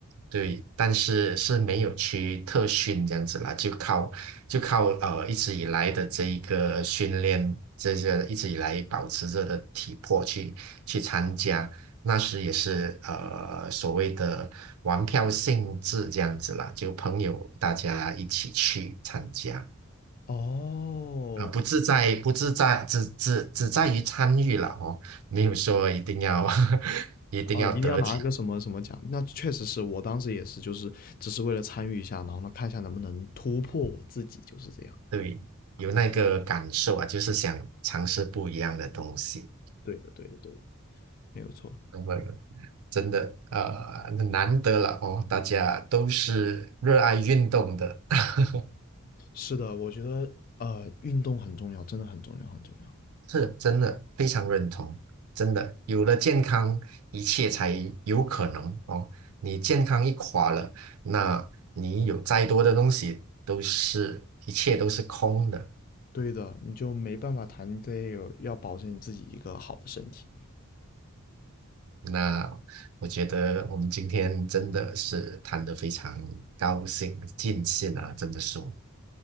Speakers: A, on the right; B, on the left.
A: 对，但是是没有去特训这样子啦，就靠就靠呃一直以来的这一个训练，这些一直以来保持着的体魄去去参加，那时也是呃所谓的玩票性质这样子啦，就朋友大家一起去参加
B: 哦，
A: 啊、不自在不自在，只只只在于参与了哦，没有说一定要 <laughs> 一定要得奖
B: 哦，一定要拿个什么什么奖？那确实是我当时也是，就是只是为了参与一下，然后呢，看一下能不能突破我自己，就是这样。
A: 对，有那个感受啊，就是想尝试不一样的东西。
B: 对的，对的，对的，没有错。
A: 那么，真的呃，难得了哦，大家都是热爱运动的，<laughs>
B: 是的，我觉得呃，运动很重要，真的很重要，很重要。
A: 是真的非常认同。真的，有了健康，一切才有可能哦。你健康一垮了，那你有再多的东西都是一切都是空的。
B: 对的，你就没办法谈这个，要保证你自己一个好的身体。
A: 那我觉得我们今天真的是谈得非常高兴，尽兴啊，这么说。